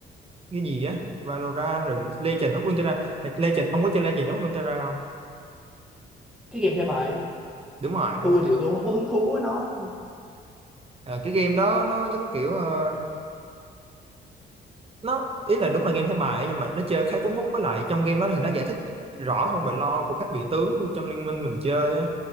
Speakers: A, on the right; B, in the centre.
A: cái gì á Valorant rồi Legend of Runeterra Thật- Legend ông có chơi Legend of Runeterra không
B: Cái game thẻ bài không?
A: đúng rồi đúng
B: Tôi
A: rồi
B: thì tôi không có hứng thú với nó đâu.
A: Ờ, cái game đó nó giống kiểu ờ, nó ý là đúng là game thẻ bài ấy, nhưng mà nó chơi khá cuốn hút với lại trong game đó thì nó giải thích rõ hơn về lore của các vị tướng trong liên minh mình chơi á